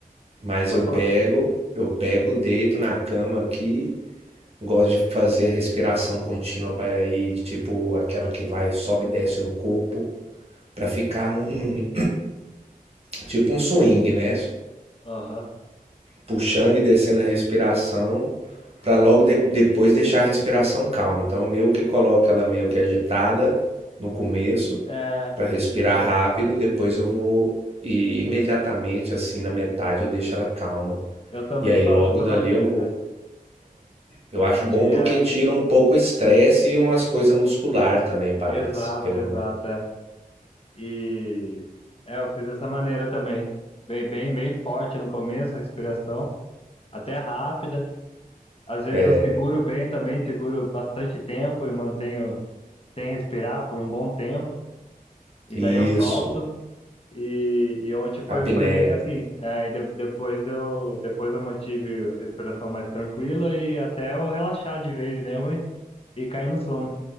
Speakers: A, on the right; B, on the left.
A: mas
B: pode
A: eu pego,
B: falar.
A: eu pego, deito na cama aqui Gosto de fazer a respiração contínua para ir, tipo, aquela que vai, sobe e desce no corpo, para ficar num, tipo um swing, né?
B: Aham.
A: Puxando e descendo a respiração, para logo de- depois deixar a respiração calma. Então, meio que coloco ela meio que agitada no começo,
B: É,
A: para respirar
B: sim.
A: rápido, depois eu vou e imediatamente
B: Eu,
A: assim na metade eu deixo ela calma.
B: eu também
A: E aí
B: faço
A: logo
B: dessa
A: dali
B: maneira,
A: eu vou
B: né?
A: Eu acho bom
B: De,
A: porque
B: é,
A: tira um pouco o estresse e umas coisas muscular também, parece,
B: exato,
A: pelo
B: exato.
A: menos.
B: é. E é, eu fiz dessa maneira também. Bem, bem, bem forte no começo, a respiração, até rápida. Às vezes
A: É,
B: eu seguro bem também, seguro bastante tempo e mantenho sem respirar por um bom tempo. E
A: isso,
B: daí eu solto. E, e ontem foi,
A: apneia.
B: foi meio que assim. É, e de- depois eu, depois eu mantive a respiração mais tranquila e até eu relaxar de vez mesmo e, e cair no sono.